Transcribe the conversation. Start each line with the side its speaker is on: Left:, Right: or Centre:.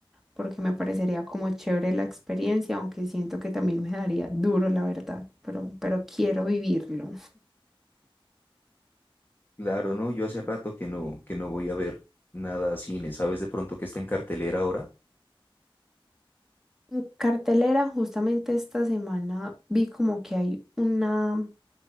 Centre: porque me parecería como chévere la experiencia, aunque siento que también me daría duro, la verdad, pero, pero quiero vivirlo.
Left: Claro, ¿no? Yo hace rato que no, que no voy a ver nada a cine. ¿Sabes de pronto que está en cartelera ahora?
Centre: En cartelera, justamente esta semana vi como que hay una